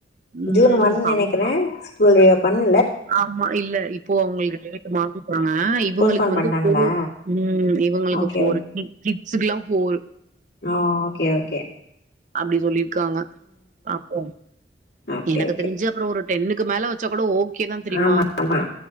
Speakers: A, on the right; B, on the left.
A: ம்
B: ஜூன் ஒன்னு
A: பாவோ
B: நெனைக்கிறே ஸ்கூல் ரீ ஓப்பண்
A: ஆமா இல்ல இப்போ அவங்களுக்கு ஜுன் மாசோதா இவங்களுக்கு
B: போஸ்ட்போன்
A: வந்து
B: பண்ட்டாங்களா
A: போர் உம் இவங்களுக்கு
B: ஓகே
A: போரு கிட்ஸுக்கு கிட்ஸுக்கு எல்லாம் போரு
B: ஓ ஓக்கே ஓக்கே
A: அப்படி சொல்லியிருக்காங்க அப்போ
B: ஓகே
A: எனக்கு
B: ஓகே
A: தெரிஞ்சு அப்றோ ஒரு டென்னுக்கு மேல வச்சா கூட ஓகே தா தெரியுமா
B: ஆமா ஆமா